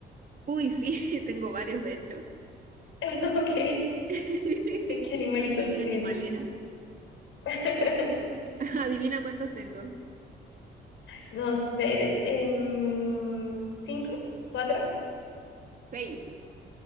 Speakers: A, on the right; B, on the left.
A: Uy, sí, <laughs> tengo varios, de hecho.
B: <laughs> Ok,
A: <laughs>
B: ¿de qué animalitos
A: Soy media
B: tienes?
A: animalera.
B: <laughs>
A: <laughs> Adivina cuántos tengo.
B: No sé, em, ¿cinco? ¿Cuatro?
A: Seis.